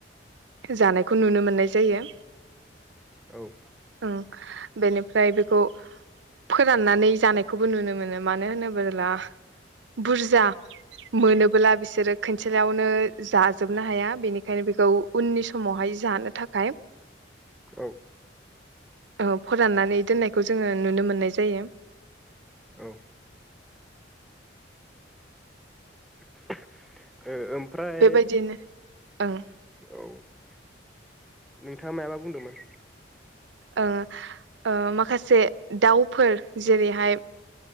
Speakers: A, on the right; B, in the centre.
A: जानायखौ नुनो मोननाय जायो।
B: औ।
A: ओं बेनिफ्राय बेखौ फोराननानै जानायखौबो नुनो मोनो मानो होनोब्ला बुरजा मोनो <unintelligible> बिसोरो खनसेयावनो जाजोबनो हाया बेनिखायनो बेखौ उननि समावहाय जानो थाखाय
B: औ।
A: ओ फोराननानै दोननायखौ जोङो नुनो मोननाय जायो।
B: औ। <unintelligible> ओ ओमफ्राय
A: बेबायदिनो ओं
B: औ नोंथाङा मायाबा बुंदोंमोन।
A: ओ-ओ माखासे दाउफोर जेरैहाय